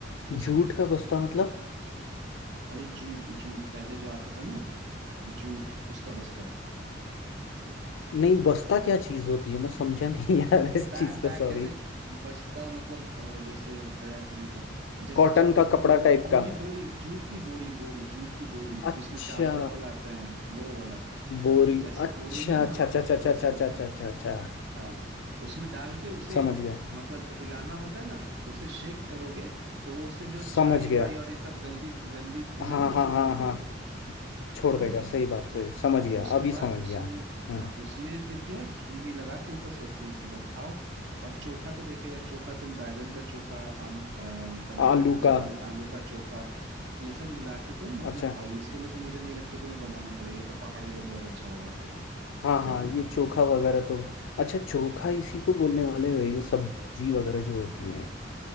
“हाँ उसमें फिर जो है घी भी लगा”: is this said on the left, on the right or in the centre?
Right